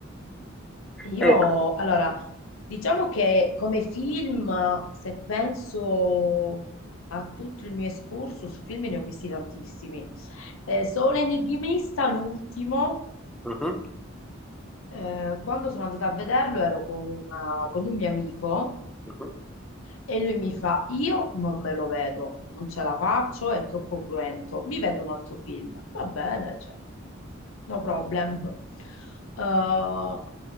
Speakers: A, on the left (about 85°); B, in the centre.
A: io
B: Ecco.
A: allora diciamo che come film, se penso a tutto il mio excursus, film ne ho visti tantissimi. Eh, Solo Enigmista, l'ultimo,
B: Mhm,
A: eh, quando sono andata a vederlo ero con, una- con un mio amico
B: mhm.
A: E lui mi fa, io non me lo vedo, non ce la faccio, è troppo cruento, mi vedo un altro film. Va bene, cioè, no problem. Eh,